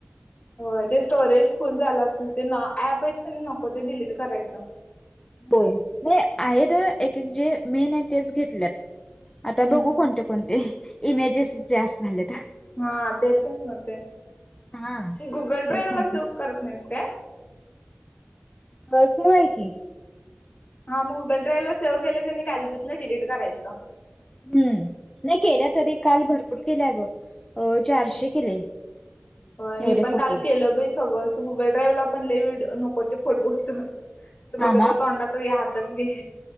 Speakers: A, on the left; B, on the left.
A: हो ते स्टोरेज फुल झालं असेल ते ऍप आहेत क नको ते डिलीट करायचं.
B: होय नाही आहेत एक जे मेन आहे तेच घेतल्यात आता
A: हम्म
B: बघू कोणते कोणते इमेजेस जास् झाले
A: हा ते पण होते
B: हा.
A: गुगल
B: तेच
A: ड्राईव्ह ला
B: आता
A: सेक करत नाहीस काय
B: ब शवा आहे की
A: हा मग गुगल ड्राईव्ह ला सेव्ह केलं की घालजत ना डिलीट करायचं
B: हम्म नाही केल्या तरी काल भरपूर केल्या गं अ चारशे केले
A: हो मी
B: एवढे
A: पण
B: फोटो.
A: काल केलं सगळ गुगल ड्राईव्ह ला पण ल नको ते फोटो तर कुठ
B: हा
A: तर तोंडाच घ हातच घे